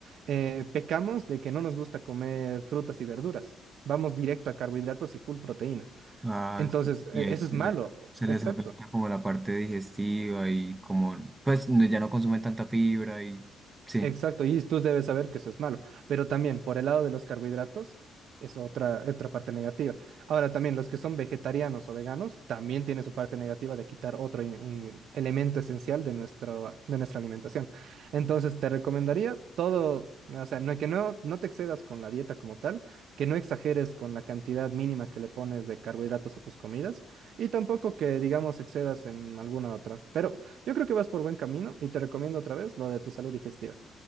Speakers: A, on the right (about 70°); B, on the right (about 15°).
A: eh, pecamos de que no nos gusta comer frutas y verduras. Vamos directo a carbohidratos y full proteína.
B: Ah,
A: Entonces,
B: sí. Y
A: e-
B: ahí
A: eso
B: se,
A: es malo,
B: le- se
A: exacto.
B: les afecta como la parte digestiva y como, pues no- ya no consumen tanta fibra y sí.
A: Exacto, y tú debes saber que eso es malo, pero también por el lado de los carbohidratos es otra, otra parte negativa. Ahora también los que son vegetarianos o veganos también tiene su parte negativa de quitar otro in- in- elemento esencial de nuestro, de nuestra alimentación. Entonces te recomendaría todo, o sea, no, que no, no te excedas con la dieta como tal, que no exageres con la cantidad mínima que le pones de carbohidratos a tus comidas y tampoco que, digamos, excedas en alguna otra. Pero yo creo que vas por buen camino y te recomiendo otra vez lo de tu salud digestiva.